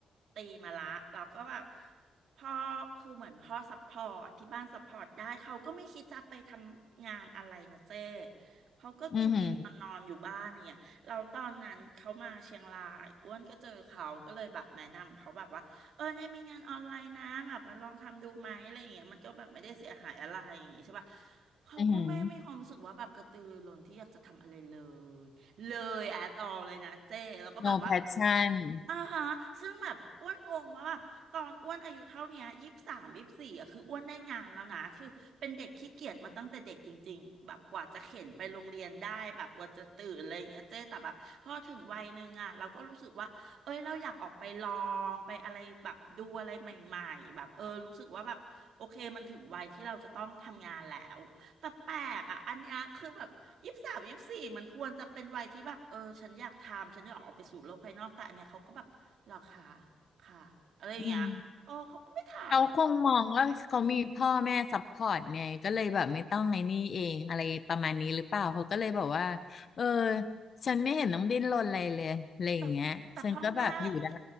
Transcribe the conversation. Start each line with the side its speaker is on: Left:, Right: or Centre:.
Right: ตรีมาละแล้วก็แบบพ่อคือเหมือนพ่อซัพพอร์ตที่บ้านซัพพอร์ตได้เขาก็ไม่คิดจะไปทำงานอะไรนะเจ้เขาก็กินกินนอนนอนอยู่บ้านอย่างเนี่ยเราตอนนั้นเขามาเชียงรายอ้วนก็เจอเขาก็เลยแบบแนะนำเขาแบบว่าเออเนี่ยมีงานออนไลน์นะแบบมาลองทำดูไหมอะไรอย่างเงี้ยมันก็แบบไม่ได้เสียหายอะไรอย่างงี้ใช่ป่ะ
Left: อือหือ
Right: เขาก็ไม่มีความรู้สึกว่าแบบกระตือรือร้นที่อยากจะทำอะไรเล
Left: อือหือ
Right: ย เลยแอดออเลยนะเจ้แล้วก็แบบว่า
Left: no passion
Right: อ่าฮะซึ่งแบบอ้วนงงว่าแบบตอนอ้วนอายุเท่าเนี้ยยี่สิบสามยี่สิบสี่อ่ะคืออ้วนได้งานแล้วนะคือเป็นเด็กขี้เกียจมาตั้งแต่เด็กจริงๆแบบกว่าจะเข็นไปโรงเรียนได้แบบกว่าจะตื่นอะไรอย่างเงี้ยเจ้แต่แบบพอถึงวัยหนึ่งอ่ะเราก็รู้สึกว่าเอ้ยเราอยากออกไปลองไปอะไรแบบดูอะไรใหม่ๆแบบเออรู้สึกว่าแบบโอเคมันถึงวัยที่เราจะต้องทำงานแล้ว แต่แปลกอ่ะอันเนี้ยคือแบบยี่สิบสามยี่สิบสี่มันควรจะเป็นวัยที่แบบเออฉันอยากทำฉันอยากออกไปสู่โลกภายนอกแต่อันเนี้ยเขาก็แบบหรอคะค่ะอะไรอย่างเงี้ยเออเขาก็ไม่ท
Left: อืม เขาคงมองว่าเขามีพ่อแม่ซัพพอร์ตไงก็เลยแบบไม่ต้องไอ้นี่เองอะไรประมาณนี้หรือเปล่าเขาก็เลยบอกว่าเออฉันไม่เห็นต้องดิ้นรนอะไรเลยอะไรอย่างเงี้ยฉันก็แบบอยู่ได้
Right: ำแต่แต่พ่อแม่จะ